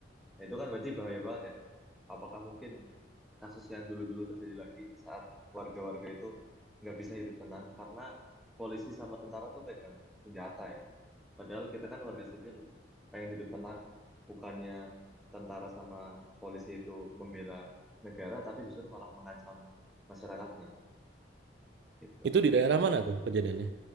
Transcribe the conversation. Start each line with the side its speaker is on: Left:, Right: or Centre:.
Centre: Nah, itu kan berarti bahaya banget ya. Apakah mungkin kasus yang dulu-dulu terjadi lagi saat warga-warga itu nggak bisa hidup tenang karena polisi sama tentara tuh pegang senjata ya. Padahal kita kan warga sipil, pengen hidup tenang, bukannya tentara sama polisi itu membela negara, tapi justru malah mengancam masyarakatnya, gitu.
Right: itu di daerah mana tuh kejadiannya?